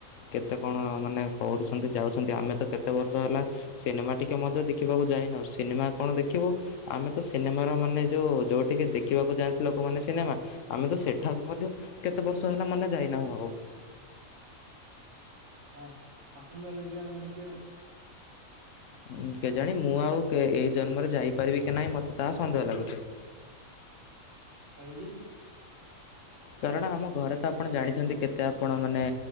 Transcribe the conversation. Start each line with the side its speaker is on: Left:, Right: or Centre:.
Left: କେତେ କଣ ମାନେ କରୁଛନ୍ତି ଯାଉଛନ୍ତି ଆମେ ତ କେତେ ବର୍ଷ ହେଲା ସିନେମା ଟିକେ ମଧ୍ୟ ଦେଖିବାକୁ ଯାଇନାହୁଁ ସିନେମା କଣ ଦେଖିବୁ ଆମେ ତ ସିନେମାର ମାନେ ଯୋଉ ଯୋଉଠିକି ଦେଖିବାକୁ ଯାଆନ୍ତି ଲୋକମାନୋନ ସିନେମା ଆମେ ତ ସେଠାକୁ ମଧ୍ୟ କେତେ ବର୍ଷ ହେଲା ମାନେ ଯାଇନାହୁଁ ଆଉ।
Right: ସାର୍ ଆସନ୍ତୁ ଏବେ ଯିବା ଆମେ ଦେଖିବା ଆଉ।
Left: ହୁଁ କେଜାଣ ମୁଁ ଆଉ ଏଇ ଜନ୍ମରେ ଯାଇପାରିବି କି ନାହିଁ ମତେ ତାହା ସନ୍ଦେହ ଲାଗୁଛି।
Right: କାହିଁକି?
Left: କାରଣ ଆମ ଘରେ ତ ଆପଣ ଜାଣିଛନ୍ତି କେତେ ଆପଣ ମାନେ